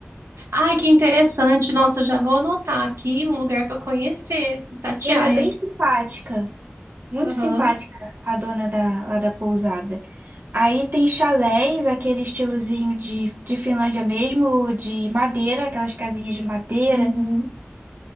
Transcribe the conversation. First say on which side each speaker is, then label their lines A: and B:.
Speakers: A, on the right; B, on the right.
A: ai, que interessante. Nossa, já vou anotar aqui um lugar para conhecer, Itatiaia.
B: E ela é bem simpática, muito
A: Aham.
B: simpática a dona da, lá da pousada. Aí tem chalés, aquele estilozinho de, de Finlândia mesmo, de madeira, aquelas casinhas de madeira.
A: Uhum.